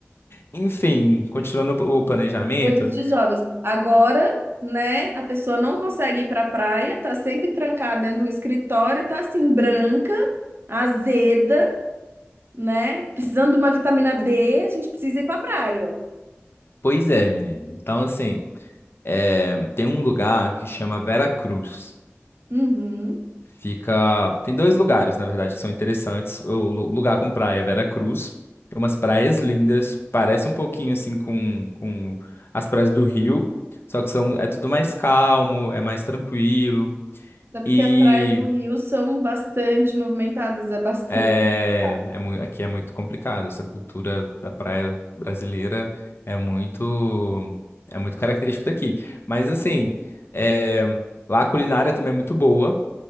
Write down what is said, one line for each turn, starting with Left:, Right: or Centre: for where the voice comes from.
Left: Enfim, continuando o planejamento,
Right: coisas de jovens. Agora, né, a pessoa não consegue ir pra praia, tá sempre trancada dentro de um escritório, tá assim, branca, azeda, né? Precisando de uma vitamina D, a gente precisa ir pra praia.
Left: pois é, menina. Então, assim, é, tem um lugar que chama Vera Cruz.
Right: Uhum.
Left: Fica. Tem dois lugares, na verdade, que são interessantes. O lu- lugar com praia é Veracruz. Tem umas praias lindas. Parece um pouquinho assim com, com as praias do Rio. Só que são... é tudo mais calmo, é mais tranquilo.
Right: Até porque
Left: E
Right: as praias do Rio são bastante movimentadas, é bastante
Left: é...
Right: movimentado.
Left: É mui- aqui é muito complicado. Essa cultura da praia brasileira é muito. É muito característico daqui. Mas assim, é, lá a culinária também é muito boa.